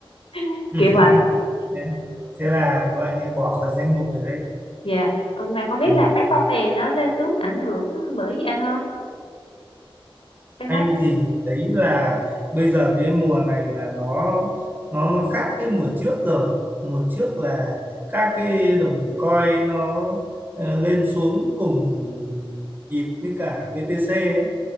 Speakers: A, on the left (about 75°); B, on the right (about 20°).
A: <laughs>
B: <laughs>
A: kiểu vậy
B: Yeah. Thế là gọi như bỏ khỏi danh mục rồi đấy.
A: dạ Ừ, mà không biết
B: Ừ.
A: là mấy con này nó lên xuống ảnh hưởng bởi gì anh không em
B: Anh
A: thấy
B: thì thấy là bây giờ cái mùa này là nó nó nó khác cái mùa trước rồi. Mùa trước là các cái đồng coin nó ờ, lên xuống cùng nhịp với cả BTC ấy.